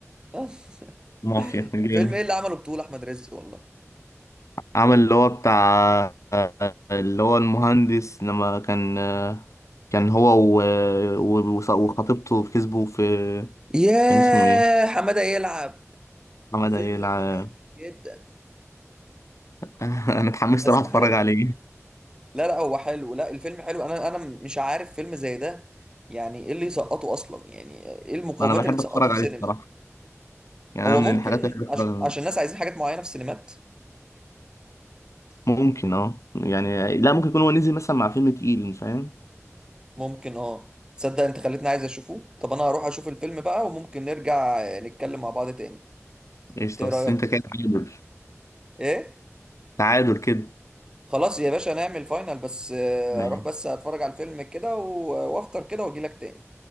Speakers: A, on the right (about 15°); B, on the left (about 70°).
A: <laughs>
B: مافيا جامد
A: فيلم ايه اللي عمله بطولة احمد رزق والله
B: عمل اللي هو بتاع آه، اللي هو المهندس لما كان آه، كان هو و- و- وص- وخطيبته كسبوا في
A: ياه
B: كان اسمه ايه؟
A: حمادة يلعب
B: محمد
A: الفيلم
B: هيلع
A: ده قديم جدا
B: <laughs> انا اتحمست
A: بس
B: اروح اتفرج
A: حلو
B: عليه
A: لا لا هو حلو لا الفيلم حلو انا انا مش عارف فيلم زي ده يعني ايه اللي يسقطه اصلا يعني ايه المقومات
B: انا بحب
A: اللي تسقطه
B: اتفرج عليه
A: في سينما
B: بصراحة يعني
A: هو
B: أنا من
A: ممكن
B: الحاجات اللي بحب اتفرج
A: عش...
B: عليها
A: عشان الناس عايزين حاجات معينة في السينمات
B: ممكن اه يعني لا ممكن يكون هو نزل مثلا مع فيلم تقيل فاهم؟
A: ممكن اه تصدق انت خليتني عايز اشوفه طب انا هروح اشوف الفيلم بقى وممكن نرجع نتكلم مع بعض تاني
B: قشطة
A: إنت ايه
B: بس
A: رأيك
B: انت كده تعادل
A: ايه
B: تعادل كده
A: خلاص يا باشا نعمل فاينل بس آه،
B: ماشي
A: اروح بس اتفرج على الفيلم كده و- آه، وافطر كده واجيلك تاني